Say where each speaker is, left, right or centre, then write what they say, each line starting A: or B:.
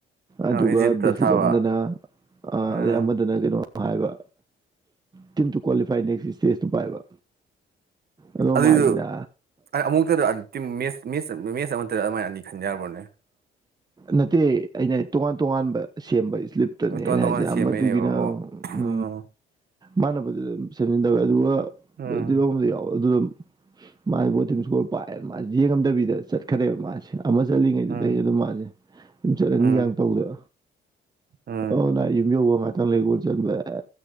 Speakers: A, on the right; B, on the right.
A: ꯑꯗꯨꯒ
B: ꯑ ꯏꯖꯤꯞꯇ
A: ꯕꯦꯁꯂꯤꯞ
B: ꯊꯥꯕ
A: ꯑꯃꯗꯅ ꯑꯗꯩ
B: ꯎꯝ
A: ꯑꯃꯗꯅ ꯀꯩꯅꯣ ꯍꯥꯏꯕ ꯇꯤꯝꯇ ꯀ꯭ꯋꯥꯂꯤꯐꯥꯏ ꯅꯦꯛꯁ ꯏꯁꯇꯦꯖꯇꯨ ꯄꯥꯏꯕ ꯑꯗꯣ
B: ꯑꯗꯨꯏꯗꯨ
A: ꯃꯥꯁꯤꯅ
B: ꯑ ꯑꯃꯨꯛꯇꯗꯦ ꯃꯦꯠꯆ ꯑꯃꯠꯇꯗ ꯑꯗꯨꯃꯥꯏꯅꯗꯤ ꯈꯟꯖꯔꯕ꯭ꯔꯣꯅꯦ
A: ꯅꯠꯇꯦ ꯑꯩꯅ ꯇꯣꯉꯥꯟ ꯇꯣꯉꯥꯟꯕ ꯁꯦꯝꯕ ꯁ꯭ꯂꯤꯞꯇꯅꯤ
B: ꯇꯣꯉꯥꯟ
A: ꯑꯩꯅ
B: ꯇꯣꯉꯥꯟ
A: ꯍꯥꯏꯁꯦ
B: ꯁꯦꯝꯕꯩꯅꯦꯕ
A: ꯑꯃꯗꯨꯒꯤꯅ
B: ꯑꯣ
A: ꯎ
B: ꯑꯣ
A: ꯃꯥꯅꯕꯗꯤ ꯑꯗꯨꯝ ꯁꯦꯝꯖꯤꯟꯗꯋꯦ ꯑꯗꯨꯒꯤ
B: ꯎꯝ
A: ꯌꯥꯎꯋꯦ ꯑꯗꯨ ꯃꯥꯁ ꯕꯣꯗꯤꯤꯡ ꯏꯁꯀꯣꯔꯜ ꯄꯥꯏꯑꯦ ꯃꯥꯁꯦ ꯌꯦꯡꯉꯝꯗꯕꯤꯗ ꯆꯠꯈꯔꯦꯕ ꯃꯥꯁꯦ ꯆꯠꯂꯤꯉꯩꯗꯨꯗꯤ
B: ꯎꯝ
A: ꯑꯩ ꯑꯗꯨꯝ ꯃꯥꯁꯦ ꯑꯗꯨꯝ ꯆꯠꯂꯅꯤꯒ
B: ꯎꯝ
A: ꯇꯧꯗ
B: ꯎꯝ
A: ꯑꯣ ꯅ ꯌꯨꯝꯕꯤ ꯋꯥꯉꯥꯏ ꯆꯪ ꯂꯩꯁ ꯁ